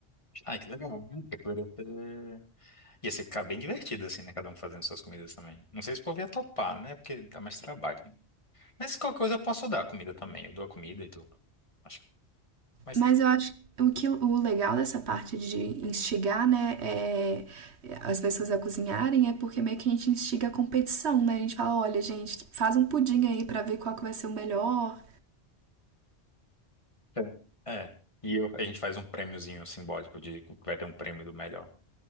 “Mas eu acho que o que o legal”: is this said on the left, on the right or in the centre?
Right